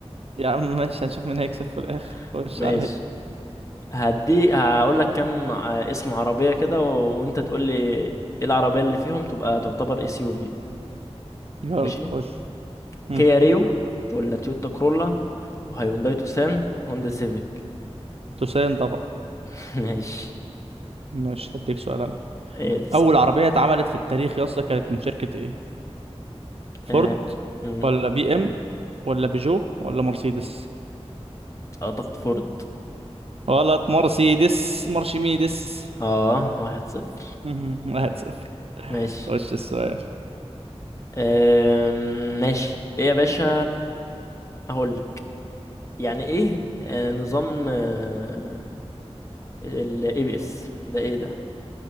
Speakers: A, on the right; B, on the left.
A: يا عم ماشي هنشوف مين هيكسب في الاخر
B: <laughs>
A: خش
B: ماشي
A: عليا
B: هدي هقول لك كم ع- اسم عربية كده و... وانت تقول لي ايه العربية اللي فيهم تبقى تعتبر اس يو في
A: يلا
B: ماشي
A: خش هم،
B: كيا ريو ولا تويوتا كرولا وهيونداي توسان هوندا سيفيك
A: تسالني طبعا
B: <laughs> ماشي
A: ماشي هديك سؤال انا
B: ايه ده
A: اول عربيه اتعملت في التاريخ يا اسطى كانت من شركه ايه فورد
B: اه... مم.
A: ولا بي ام ولا بيجو ولا مرسيدس
B: اعتقد فورد
A: غلط مرسيدس مرشميدس
B: اه واحد صفر
A: <laughs> واحد صفر
B: ماشي
A: وش السؤال
B: أم... ماشي ايه يا باشا هقول لك يعني ايه آه، نظام آه، الاي بي اس ده ايه ده